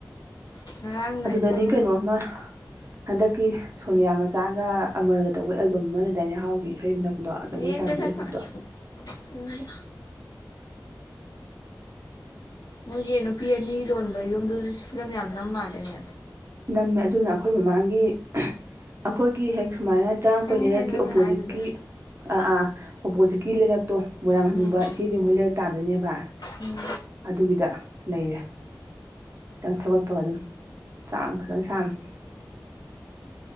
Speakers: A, on the left (about 65°); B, on the right (about 40°).
A: ꯉꯔꯥꯡꯅ
B: ꯑꯗꯨꯗꯅꯤ
A: ꯏꯆꯟ
B: ꯀꯩꯅꯣꯝꯃ ꯍꯟꯗꯛꯀꯤ ꯁꯣꯅꯤꯌꯥ ꯃꯆꯥꯒ ꯑꯃꯔꯒ ꯇꯧꯕ ꯑꯦꯜꯕꯝ ꯑꯃ ꯂꯩꯗꯥꯏꯅꯦ ꯍꯥꯎꯒꯤ ꯏꯁꯩ ꯃꯊꯛ ꯗꯣ ꯖꯒꯣꯏ
A: ꯌꯦꯡꯗꯦꯗ
B: ꯁꯥꯕꯤꯗꯣ
A: ꯑꯩꯈꯣꯏ
B: ꯁꯨꯠꯇꯣ <inaudible>
A: ꯌꯦꯡꯗꯦ ꯃꯣꯏꯒꯤ ꯅꯨꯄꯤ ꯑꯅꯤ ꯂꯣꯟꯕ ꯌꯨꯝꯗꯨꯗꯁꯨ ꯐꯤꯂꯝ ꯌꯥꯝ ꯅꯝ ꯃꯥꯜꯂꯦꯅꯦ
B: ꯅꯝꯃꯦ ꯑꯗꯨꯅ ꯑꯩꯈꯣꯏ ꯃꯃꯥꯡꯒꯤ ꯑꯩꯈꯣꯏꯒꯤ ꯍꯦꯛ ꯁꯨꯃꯥꯏꯅ ꯆꯪꯉꯛꯄꯩ
A: ꯈꯪꯉꯦꯍꯦ
B: ꯂꯩꯔꯛꯀꯤ
A: ꯅꯪꯅ
B: ꯑꯣꯄꯣꯖꯤꯠꯀꯤ
A: ꯍꯥꯏꯗꯨꯗꯤ
B: ꯑꯥ ꯑꯥ ꯑꯣꯄꯣꯖꯤꯠꯀꯤ ꯂꯩꯔꯛꯇꯣ ꯃꯣꯏꯔꯥꯡ
A: ꯎꯝ
B: ꯍꯅꯨꯕ ꯏꯆꯦ ꯕꯦꯝꯃ ꯍꯣꯏ ꯂꯩꯔꯛ ꯇꯥꯗꯣꯏꯅꯦꯕ
A: ꯎꯝ
B: ꯑꯗꯨꯒꯤꯗ ꯂꯩꯔꯦ ꯈꯤꯇꯪ ꯊꯧꯒꯠꯄꯒ ꯑꯗꯨꯝ ꯆꯥꯡ ꯐꯖꯅ ꯁꯃꯦ